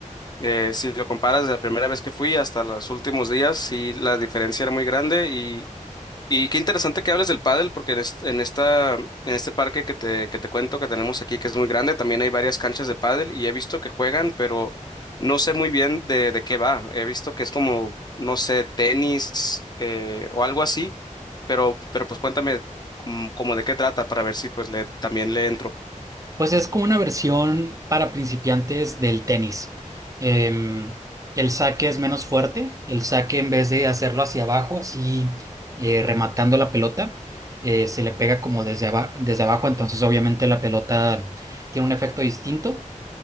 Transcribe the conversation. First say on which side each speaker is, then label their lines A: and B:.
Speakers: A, on the left; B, on the right.
A: Eh, si lo comparas de la primera vez que fui hasta los últimos días, sí la diferencia era muy grande y qué interesante que hables del pádel, porque en es- en esta, en este parque que te, que te cuento que tenemos aquí, que es muy grande, también hay varias canchas de pádel y he visto que juegan, pero no sé muy bien de, de qué va. He visto que es como, no sé, tenis eh, o algo así, pero, pero pues cuéntame como, como de qué trata para ver si pues le, también le entro.
B: Pues es como una versión para principiantes del tenis. Em, el saque es menos fuerte, el saque en vez de hacerlo hacia abajo, así eh, rematando la pelota, eh, se le pega como desde, aba- desde abajo, entonces obviamente la pelota tiene un efecto distinto